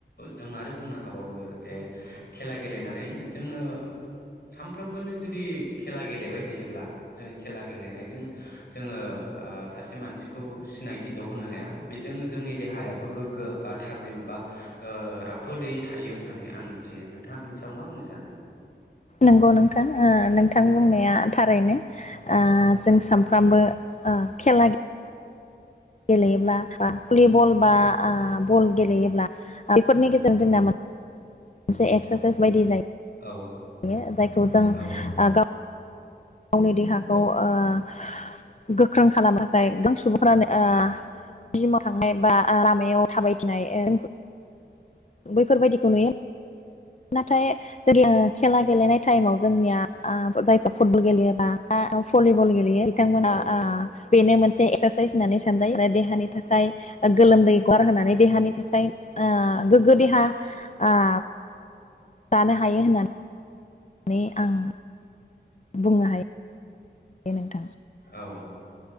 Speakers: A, on the left; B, on the left.
A: जों आरो बुंनो हाबावो जे खेला गेलेनानै जोङो सानफ्रोमबोनो जुदि खेला गेलेबाय थायोब्ला जों खेला गेलेनायजों जोङो ओ सासे मानसिखौ सिनायथि द' होनो हाया बेजों जोंनि देहायाबो गोग्गो बा थाजिम बा ओ राफोदै थायो होननानै आं मिथियो नोंथाङा बिनि सायाव मा बुंनो सानो
B: नोंगौ नोंथां नोंथां बुंनाया थारैनो ओ जों सानफ्रोमबो खेला गेलेयोब्ला भलिबल बा ओ बल गेलेयोब्ला बेफोरनि गेजेरजों जोंना मोनसे एक्सारसाइस बायदि जायो
A: औ
B: यो जायखौ जों
A: औ
B: गाव गावनि देहाखौ ओ गोख्रों खालामनो थाखाय गां सुबुंफ्रानो ओ जिमाव थांनाय ओ बा लामायाव थाबायथिनाय ओ बैफोरबायदिखौ नुयो नाथाय जोंनि खेला गेलेनाय टाइमाव जोंनिया ओ जायफोर फुटबल गेलेयोबा भलिबल गेलेयो गेलेयो बिथांमोना
A: औ
B: ओ बेनो मोनसे एक्सारसाइस होननानै सानजायो आरो देहानि थाखाय गोलोमदै गगार होनानै देहानि थाखाय ओ गोग्गो देहा ओ जानो हायो होननानै आं बुंनो हायो दे नोंथां
A: औ